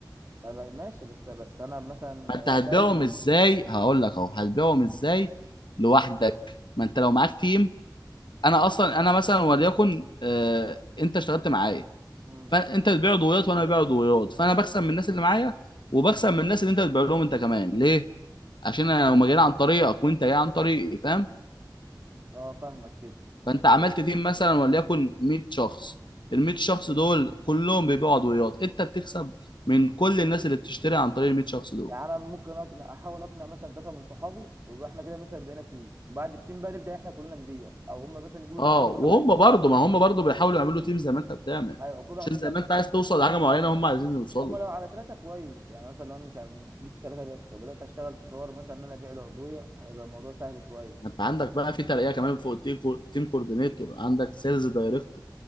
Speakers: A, on the right; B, on the left.
A: ما بقى- ماشي بس بس انا مثلا
B: ما انت هتبيعهم
A: دايما
B: ازاي هقول لك اهو هتبيعهم ازاي لوحدك ما انت لو معاك تيم انا اصلا انا مثلا وليكن آه انت اشتغلت معايا
A: امم
B: فانت بتبيع عضويات وانا ببيع عضويات فانا بكسب من الناس اللي معايا وبكسب من الناس اللي انت بتبيع لهم انت كمان ليه عشان انا لو ما جينا عن طريقك وانت جاي عن طريقي فاهم
A: اه فاهمك كده
B: فانت عملت تيم مثلا وليكن 100 شخص ال 100 شخص دول كلهم بيبيعوا عضويات انت بتكسب من كل الناس اللي بتشتري عن طريق ال 100 شخص دول
A: يعني انا ممكن اقنع احاول اقنع مثلا ثلاثه من صحابي ويبقى احنا كده مثلا بقينا تيم بعد التيم بقى نبدا احنا كلنا نبيع او هم مثلا يجيبوا
B: اه
A: ثلاثه هم كمان
B: وهم برضه ما هم برضه بيحاولوا يعملوا تيم زي ما انت بتعمل
A: ايوه كل واحد
B: عشان
A: مثلا
B: زي ما انت عايز توصل لحاجه معينه هم عايزين يوصلوا
A: هم لو على ثلاثه كويس يعني مثلا لو انا مش ع- جبت ثلاثه بس وبدات اشتغل في حوار مثلا ان انا ابيع العضويه هيبقى الموضوع سهل شويه
B: ما انت عندك بقى في ترقيه كمان فوق التيم كو- تيم كوردينيتور عندك سيلز دايركتور